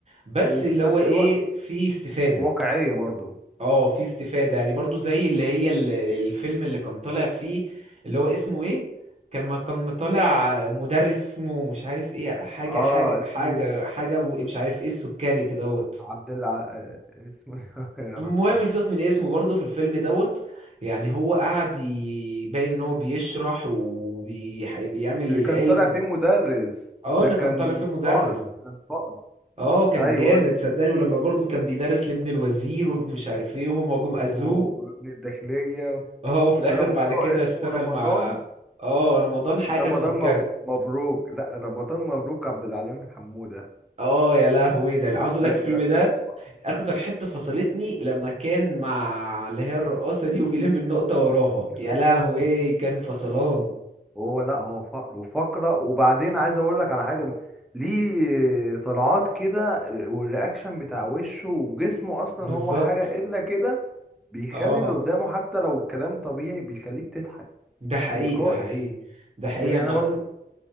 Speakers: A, on the right; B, in the centre.
A: بس
B: وفي
A: اللي
B: نفس
A: هو ايه
B: الوقت
A: في استفاده
B: واقعية برضو
A: اه في استفادة يعني برضو زي اللي هي ال- الفيلم اللي كان طالع فيه اللي هو اسمه ايه كان ما كان طالع مدرس اسمه مش عارف ايه حاجة
B: اه
A: حاجة
B: اسمه
A: حاجة حاجة ابو إيه مش عارف ايه السكري كدهوت
B: عبد الع... آه، اسمه <laughs> يا
A: المهم
B: ربي
A: سيبك من اسمه برضو في الفيلم دوت يعني هو قعد يبين ان هو بيشرح وبيعمل
B: اللي
A: العلم
B: كان طالع فيه مدرس
A: اه
B: ده
A: اللي
B: كان
A: كان طالع فيه مدرس
B: فقر كان فقر
A: اه كان
B: ايوه
A: جامد
B: ايوه
A: صدقني ولما برضو كان بيدرس لابن الوزير وابن مش عارف ايه وهما جم
B: و-
A: اذوه
B: و- وابن الداخلية
A: اه وفي الاخر
B: رمضان
A: بعد كده
B: اسمه
A: اشتغل
B: رمضان
A: مع اه رمضان حاجه
B: رمضان
A: السكري
B: مبر- مبروك لا رمضان مبروك عبد العليم حمودة
A: اه يا لهوي ده عاوز اقول
B: لا،
A: لك الفيلم
B: ده
A: ده
B: ده فقر.
A: اكتر حته فصلتني لما كان مع اللي هي الرقاصه دي وبيلم النقطه وراها
B: <laughs>
A: يا لهوي كان فصلان
B: هو لا هو فقر وفقرة وبعدين عايز اقول لك على حاجة ليه طلعات كده والرياكشن بتاع وشه وجسمه اصلا
A: بالظبط
B: هو حاجة الا كده بيخلي
A: اه
B: اللي قدامه حتى لو الكلام طبيعي بيخليك تضحك
A: ده حقيقي
B: تلقائي
A: ده حقيقي ده حقيقي
B: يعني
A: انا
B: انا برضو